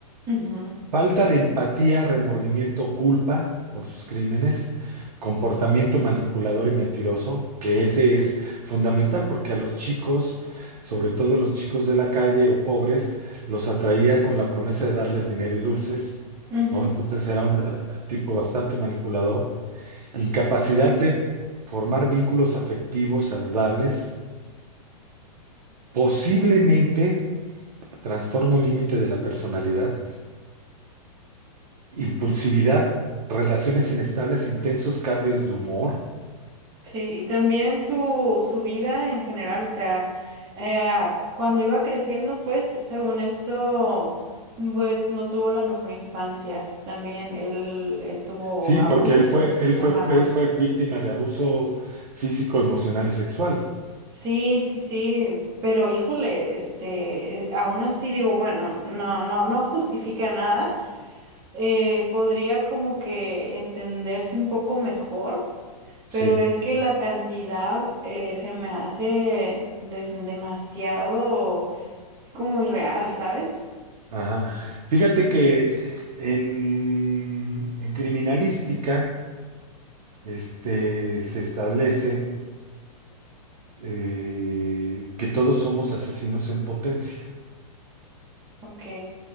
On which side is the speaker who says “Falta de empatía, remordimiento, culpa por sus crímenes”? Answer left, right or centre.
Right